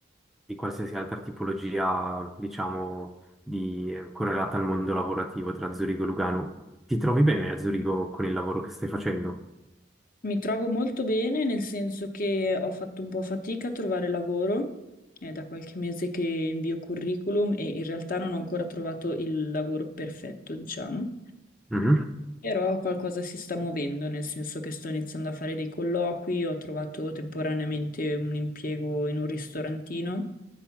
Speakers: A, in the centre; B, on the left (about 50°).
A: di qualsiasi altra tipologia, diciamo, di, eh, correlata al mondo lavorativo tra Zurigo e Lugano. Ti trovi bene a Zurigo con il lavoro che stai facendo?
B: Mi trovo molto bene, nel senso che ho fatto un po' fatica a trovare lavoro. È da qualche mese che invio curriculum e in realtà non ho ancora trovato il lavoro perfetto, diciamo.
A: Mhm.
B: Però qualcosa si sta muovendo, nel senso che sto iniziando a fare dei colloqui, ho trovato temporaneamente un impiego in un ristorantino